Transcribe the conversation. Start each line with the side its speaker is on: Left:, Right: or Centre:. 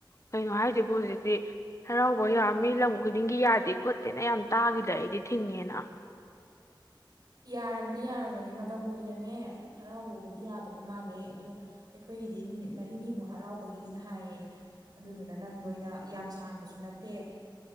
Left: ꯀꯩꯅꯣ ꯍꯥꯏꯖꯤꯕꯨ ꯍꯧꯖꯤꯛꯇꯤ ꯍꯔꯥꯎꯕ ꯌꯥ ꯃꯤ ꯂꯝ ꯈꯨꯗꯤꯡꯒꯤ ꯌꯥꯗꯦ ꯈꯣꯠꯇꯦꯅ ꯌꯥꯝ ꯇꯥꯒꯤꯗ ꯑꯩꯗꯤ ꯊꯤꯡꯉꯦꯅ
Right: ꯌꯥꯔꯕꯅꯤ ꯌꯥꯔꯕꯅꯤ ꯃꯇꯝ ꯀꯨꯏꯅꯅꯦ ꯍꯔꯥꯎꯕꯕꯨꯗꯤ ꯌꯥꯗꯕ ꯃꯥꯜꯂꯦ ꯑꯗꯣ ꯑꯩꯈꯣꯏꯒꯤꯗꯤ ꯅꯨꯃꯤꯠ ꯃꯔꯤꯅꯤꯃꯨꯛ ꯍꯔꯥꯎꯕꯒꯤꯅ ꯍꯥꯏꯌꯦ ꯑꯗꯨꯗꯨꯅ ꯅꯪꯗꯣ ꯑꯩꯅ ꯌꯥꯝ ꯁꯥꯡꯕꯁꯨ ꯅꯠꯇꯦ